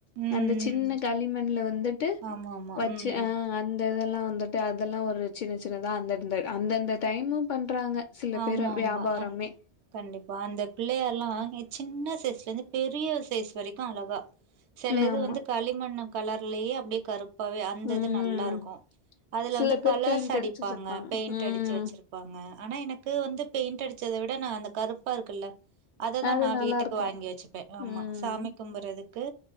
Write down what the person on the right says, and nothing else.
ம்
ஆமா ஆமா
ம் ம்
ஆமா
ஆமா
அந்த கண்டிப்பா அந்த பிள்ளையார்ல்லா சின்ன சைஸ்ல இருந்து பெரிய சைஸ் வரைக்கும் அழகா சில
இது
வந்து களிமண்ணு கலர்லேயே அப்படியே கரு ப்பவே அந்தது
நல்லா இருக்கும் அதுல
வந்து
கலர்ஸ்
அடிப்பாங்க
பெயிண்ட்
அடிச்சு வச்சிருக் ப்பாங்க ஆனா எனக்கு வந்து பெயிண்ட் அடிச்சத விட நா அந்த கருப்பா இருக்குல்ல அததா
நா
வீட்டுக்கு
வாங்கி வச்சுப்பே ஆமா
சாமி கும்புறதுக்கு